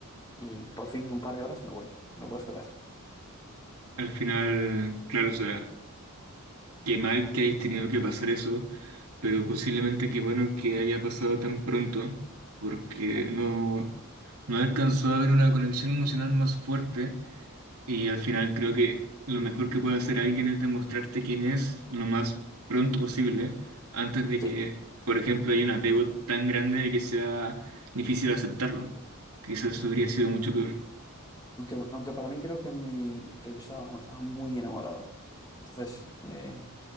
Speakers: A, on the left; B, on the right.
A: Y por fin en un par de horas me voy. No puedo esperar.
B: al final, claro, o sea, qué mal que hayas tenido que pasar eso, pero posiblemente qué bueno que haya pasado tan pronto, porque
A: Ya.
B: no, no alcanzó a haber una conexión emocional más fuerte Y al final creo que lo mejor que puede hacer alguien es demostrarte quién es lo más pronto posible, antes de que,
A: Sí.
B: por ejemplo, haya un apego tan grande de que sea difícil aceptarlo. Quizás eso habría sido mucho peor.
A: Aunque, aunque para mí creo que, mi, que yo estaba, estaba muy enamorado. Entonces... eh,